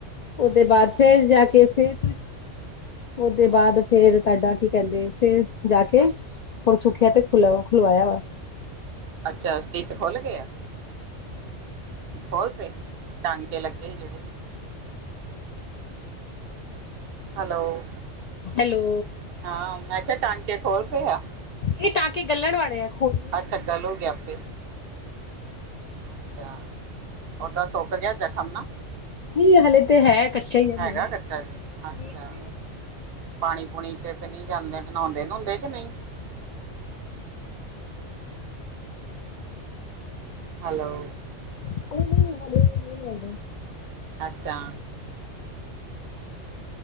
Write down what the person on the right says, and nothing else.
ਅੱਛਾ ਸਟਿਚ ਖੁੱਲ ਗਏ ਆ ਹੋਰ ਤੇ ਟਾਂਕੇ ਲੱਗੇ ਜਿਹੜੇ ਹੈਲੋ
ਹਾਂ ਮੈਂ ਕਿਹਾ ਟਾਂਕੇ ਖੋਲ ਤੇ ਆ
ਅੱਛਾ ਗੱਲ ਹੋ ਗਏ ਆਪੇ ਅੱਛਾ ਓਦਾਂ ਸੁੱਕ ਗਿਆ ਜਖ਼ਮ ਨਾ
ਹੈਗਾ
ਕੱਚਾ ਜ ਅੱਛਾ
ਪਾਣੀ ਪੂਣੀ ਚ ਤੇ ਨਹੀਂ ਜਾਂਦੇ ਨਹਾਉਦੇ ਨੁਉਦੇ ਕਿ ਨਹੀਂ ਹੈਲੋ
ਅੱਛਾ